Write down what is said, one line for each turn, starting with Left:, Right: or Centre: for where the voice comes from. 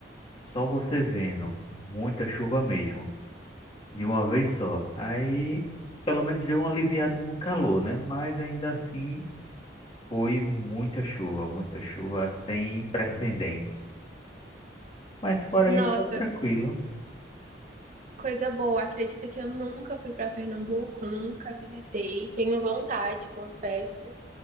Left: só você vendo, muita chuva mesmo. de uma vez só. Aí, pelo menos deu um aliviado no calor, né? Mas ainda assim, foi muita chuva, muita chuva sem precedentes. Mas fora
Right: nossa,
Left: isso, tá tranquilo.
Right: coisa boa. Acredita que eu nunca fui pra Pernambuco, nunca visitei. Tenho vontade, confesso,